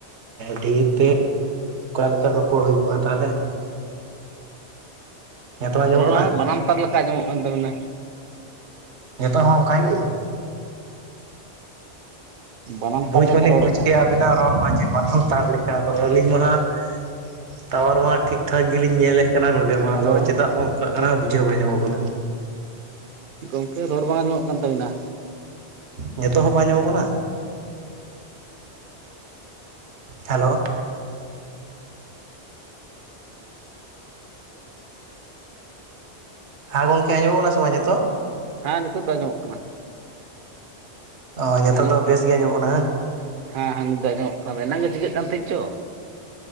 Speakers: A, on the right; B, on the right.
A: ᱰᱷᱮᱨ ᱛᱮ ᱚᱠᱟᱞᱮᱠᱟ ᱨᱚᱯᱚᱲ ᱦᱩᱭᱠᱚᱜ-ᱟ ᱛᱟᱦᱚᱞᱮ? ᱱᱤᱛᱚᱜ ᱟᱸᱡᱚᱢᱚᱜ
B: ᱨᱚᱲᱟᱢ
A: ᱠᱟᱱᱟ
B: ᱵᱟᱱᱟᱢ ᱛᱟᱨ ᱞᱮᱠᱟ ᱟᱸᱡᱚᱢᱚᱜ ᱠᱟᱱ ᱛᱟᱵᱮᱱᱟ᱾
A: ᱱᱤᱛᱚᱜ ᱦᱚᱸ ᱚᱱᱠᱟᱜ ᱜᱮ?
B: ᱵᱟᱱᱟᱢ ᱛᱟᱨᱞᱟᱠᱟ
A: ᱵᱩᱡ ᱢᱟᱞᱤᱧ
B: ᱨᱚᱲ
A: ᱵᱩᱡ
B: ᱟᱸᱡᱚᱢᱚᱜ
A: ᱠᱮᱫᱜ-ᱟ
B: ᱠᱟᱱ
A: ᱟᱵᱤᱱᱟᱜ
B: ᱛᱟᱵᱤᱱᱟ
A: ᱨᱚᱲ ᱢᱟ ᱡᱮ ᱵᱟᱱᱟᱢ ᱛᱟᱨ ᱟᱫᱚ ᱟᱹᱞᱤᱧ ᱢᱟ ᱦᱟᱸᱜ ᱴᱟᱣᱭᱟᱨ ᱢᱟ ᱴᱷᱤᱠ ᱴᱷᱟᱠ ᱜᱮᱞᱤᱧ ᱧᱮᱞᱮᱫ ᱠᱟᱱᱟ ᱱᱚᱱ ᱵᱮᱢᱟ
B: ᱦᱮᱞᱳ
A: ᱫᱚ ᱪᱮᱫᱟᱜ ᱵᱟᱝ ᱚᱱᱠᱟᱹᱜ ᱠᱟᱱᱟ ᱵᱩᱡᱷᱟᱹᱣ ᱵᱟᱝ ᱧᱟᱢᱚᱜ ᱠᱟᱱᱟ᱾
B: ᱜᱚᱝᱠᱮ ᱨᱚᱲ ᱵᱟᱝ ᱟᱸᱡᱚᱢᱚᱜ ᱠᱟᱱ ᱛᱟᱵᱤᱱᱟ᱾
A: ᱱᱤᱛᱳᱜ ᱦᱚᱸ ᱵᱟᱭᱧᱟᱢᱚᱜ ᱠᱟᱱᱟ ᱦᱮᱞᱳ ᱦᱮᱸ ᱜᱚᱝᱠᱮ ᱟᱸᱡᱚᱢᱚᱜ ᱠᱟᱱᱟ ᱥᱮ ᱵᱟᱝ ᱱᱤᱛᱚᱜ?
B: ᱦᱮᱸ ᱱᱤᱛᱳᱜ ᱫᱚ ᱟᱸᱡᱚᱢᱚᱜ ᱠᱟᱱᱟ᱾
A: ᱚ ᱱᱤᱛᱚᱜ
B: ᱟᱸᱡᱚᱢᱚᱜ
A: ᱫᱚ
B: ᱠᱟᱱᱟ
A: ᱵᱮᱥ ᱜᱮ ᱟᱧᱚᱢᱚᱜ ᱠᱟᱱᱟ ᱦᱟᱝ᱾
B: ᱦᱮᱸ ᱦᱮᱸ ᱱᱤᱛᱚᱜ ᱟᱸᱡᱚᱢᱚᱜ ᱠᱟᱱᱟ ᱮᱱᱟᱝ ᱜᱮ ᱪᱤᱠᱟᱹᱜ ᱠᱟᱱ ᱛᱟᱦᱮᱸᱫ ᱪᱚ᱾